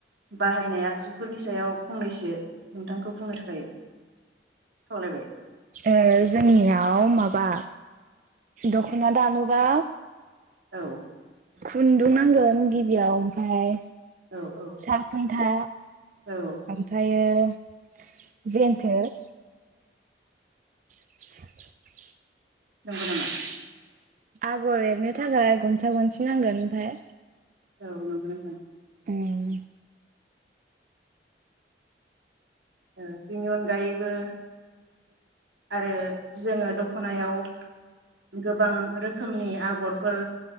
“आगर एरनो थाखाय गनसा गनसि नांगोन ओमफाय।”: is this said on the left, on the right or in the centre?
Right